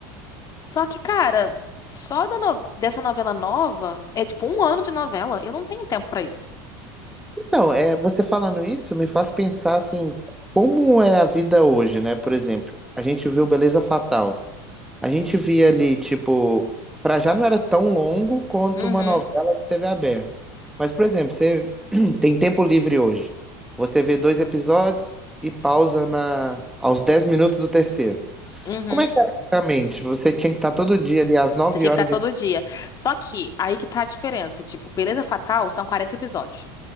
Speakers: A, on the left (about 30°); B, in the centre.
A: Só que, cara, só da no- dessa novela nova é tipo um ano de novela. Eu não tenho tempo pra isso.
B: Então, é, você falando isso me faz pensar assim, como é a vida hoje, né? Por exemplo, a gente viu Beleza Fatal. A gente via ali, tipo, pra já não era tão longo quanto
A: Uhum,
B: uma novela de TV aberta. Mas, por exemplo, você <clears throat> tem tempo livre hoje. Você vê dois episódios e pausa na aos 10 minutos do terceiro.
A: uhum.
B: Como é que era antigamente? Você tinha que estar todo dia ali às 9
A: Você tinha
B: horas
A: que estar todo
B: em...
A: dia. Só que aí que tá a diferença. Tipo, Beleza Fatal são 40 episódios.